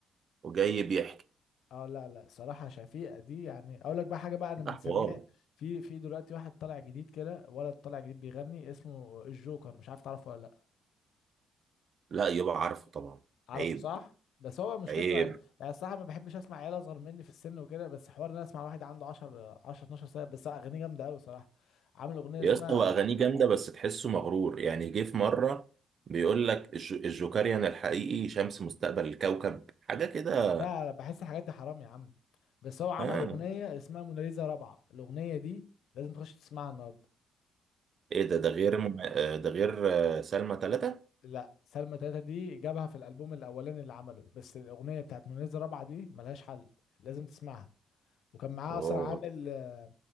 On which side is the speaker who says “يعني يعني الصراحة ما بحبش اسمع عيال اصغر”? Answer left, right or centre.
Left